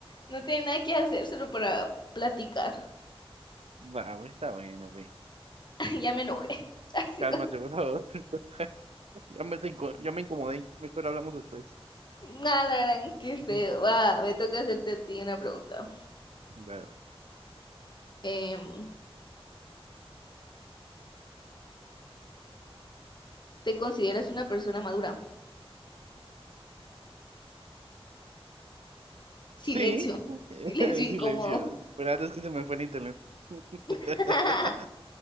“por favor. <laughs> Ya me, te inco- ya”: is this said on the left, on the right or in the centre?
Right